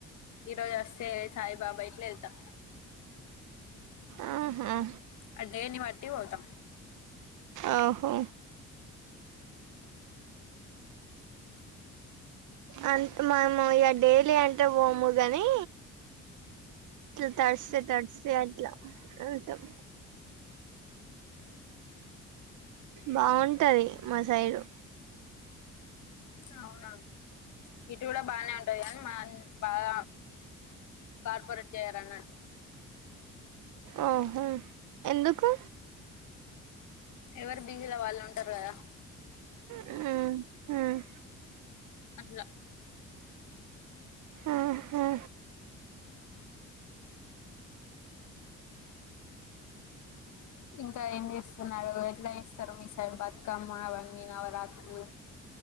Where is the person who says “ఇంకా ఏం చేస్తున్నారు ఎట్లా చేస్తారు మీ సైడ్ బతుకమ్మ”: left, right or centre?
Left